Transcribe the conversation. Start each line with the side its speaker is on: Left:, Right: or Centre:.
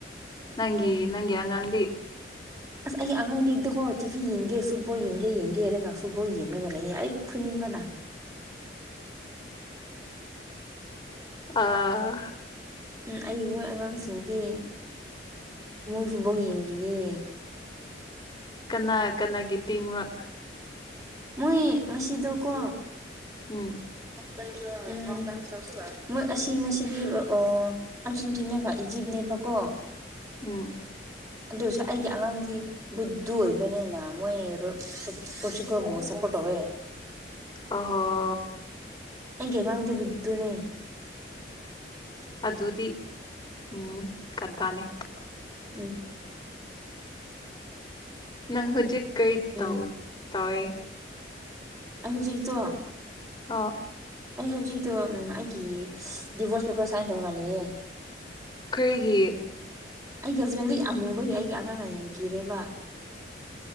Left: ꯅꯪꯒꯤ
Right: ꯎꯝ
Left: ꯅꯪꯒꯤ ꯑꯉꯥꯡꯗꯤ
Right: ꯑꯁ ꯑꯩꯒꯤ ꯑꯉꯥꯡꯗꯤꯗꯨꯀꯣ ꯇꯤꯚꯤ ꯌꯦꯡꯒꯦ ꯐꯨꯠꯕꯣꯜ ꯌꯦꯡꯒꯦ ꯌꯦꯡꯒꯦ ꯍꯥꯏꯔꯒ ꯐꯨꯠꯕꯣꯜ ꯌꯦꯡꯂꯒ ꯂꯩꯌꯦ ꯑꯩ ꯐꯨꯅꯤꯡꯕꯅꯥ
Left: ꯑꯥ
Right: ꯎꯝ ꯑꯩ ꯃꯣꯏ ꯑꯉꯥꯡꯁꯤꯡꯗꯤ ꯃꯣꯏꯁꯨꯕꯥꯎ ꯌꯦꯡꯔꯤꯌꯦ
Left: ꯀꯅꯥ ꯀꯅꯥꯒꯤ ꯇꯤꯝꯔꯥ
Right: ꯃꯣꯏ ꯉꯁꯤꯗꯣꯀꯣ
Left: ꯎꯝ
Right: ꯎꯝ ꯃꯣꯏ ꯑꯁꯤ ꯉꯁꯤꯒꯤ ꯑꯣ ꯑꯔꯖꯦꯟꯇꯤꯅꯥꯒ ꯏꯖꯤꯞꯅꯦꯕꯀꯣ
Left: ꯎꯝ
Right: ꯑꯗꯨ ꯑꯣꯏꯔꯁꯨ ꯑꯩꯒꯤ ꯑꯉꯥꯡꯗꯤ ꯕꯨꯗꯨ ꯑꯣꯏꯕꯅꯤꯅ ꯃꯣꯏ ꯔꯣ ꯄꯨ ꯄꯣꯔꯇꯨꯒꯟꯕꯨ ꯁꯄꯣꯠ ꯇꯧꯋꯦ
Left: ꯑ ꯍꯣ
Right: ꯑꯩ ꯉꯥꯡꯗꯤ ꯕꯨꯗꯨꯨꯅꯦ
Left: ꯑꯗꯨꯗꯤ ꯎꯝ ꯀꯗꯥꯅꯤ
Right: ꯎꯝ
Left: ꯅꯪ ꯍꯨꯖꯤꯛ ꯀꯩ
Right: ꯎꯝ
Left: ꯇꯎ ꯇꯋꯦ
Right: ꯑꯩ ꯍꯧꯖꯤꯛꯇꯣ
Left: ꯑ
Right: ꯑꯩ ꯍꯧꯖꯤꯛꯇꯣ ꯑꯩꯒꯤ ꯗꯤꯚꯣꯔꯁ ꯄꯦꯄꯔ ꯁꯥꯏꯟ ꯇꯧꯍꯜꯂꯤꯌꯦ
Left: ꯀꯩꯒꯤ
Right: ꯑꯩꯒꯤ ꯍꯁꯕꯦꯟꯗꯨ ꯌꯥꯝ ꯑꯃꯨꯕꯒꯤ ꯑꯩꯒꯤ ꯑꯉꯥꯡꯅ ꯌꯥꯝ ꯀꯤꯔꯦꯕ